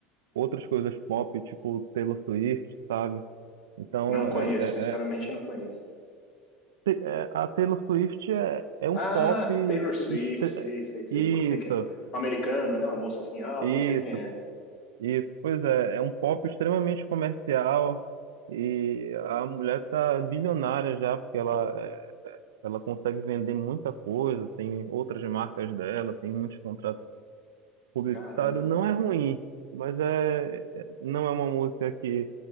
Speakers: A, on the right (about 70°); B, on the left (about 50°).
A: outras coisas pop, tipo Taylor Swift, sabe? Então,
B: Não conheço,
A: é, é-
B: sinceramente
A: é-
B: não conheço.
A: te- é- a Taylor Swift é, é um
B: Ah,
A: pop.
B: Taylor Swift,
A: estre-
B: sei, sei, sei,
A: Isso,
B: sei quem é. Uma americana, né? Uma moça assim alta,
A: isso,
B: sei quem é.
A: isso. Pois é, é um pop extremamente comercial e a mulher tá bilionária já, porque ela, é, ela consegue vender muita coisa, tem outras marcas dela, tem muitos contratos publicitários.
B: Caramba.
A: Não é ruim, mas é, é- não é uma música que,